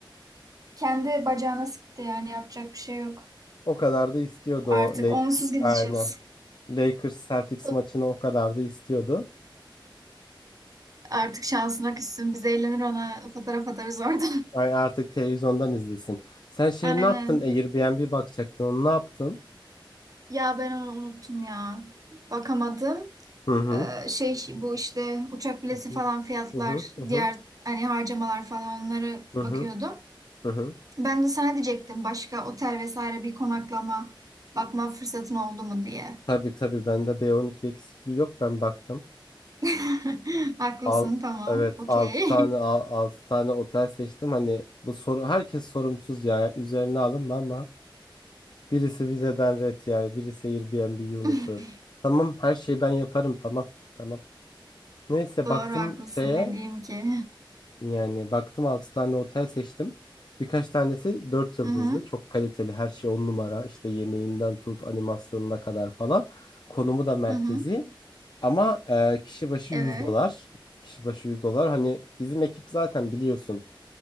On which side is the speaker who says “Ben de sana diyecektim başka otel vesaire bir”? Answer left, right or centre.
Right